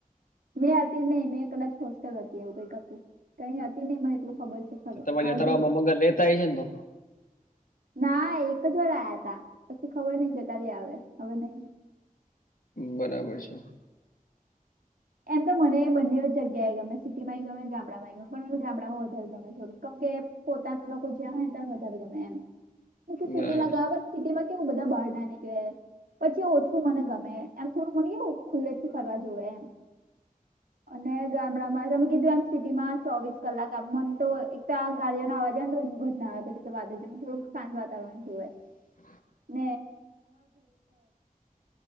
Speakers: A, on the right (about 75°); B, on the left (about 65°).
A: મેં હતી નહી મેં કદાચ હોસ્ટેલ હતી એવું કઈક હતું કઈ હતી નહી મને એટલું ખબર છે. ખરું
B: તો તમારી
A: મારે
B: તળાવમા
A: જો
B: રહેતા હોય છે ને તો
A: ના એક જ વાર આયા હતા પછી ખબર નહિ જતા રીયા આવે હબર નહ
B: બરાબર છે.
A: એમ તો મને એ બ બેય જગ્યાએ ગમે સિટી માંય ગમે, ગામડામાંય ગમે, પણ મને ગામડામાં વધારે ગમે થોડું કેમ કે પોતાના લોકો જ્યાં હોય ત્યાં વધારે ગમે એમ સિટિમાં
B: બરાબર
A: સિટીમાં કેવું બધા બહાર ના નીકળે. પછી ઓછું મને ગમે એમ થોડું મને એવું ખુલ્લેથી ફરવા જવુ એમ અને ગામડામાં તમે કીધું એમ સિટીમાં ચોવીસ કલાક આમ મને તો એકતા ગાડીઓ ના અવાજ તો ઉધના વાદ છે થોડક શાંત વાતાવરણ શું
B: <inaudible>
A: <inaudible>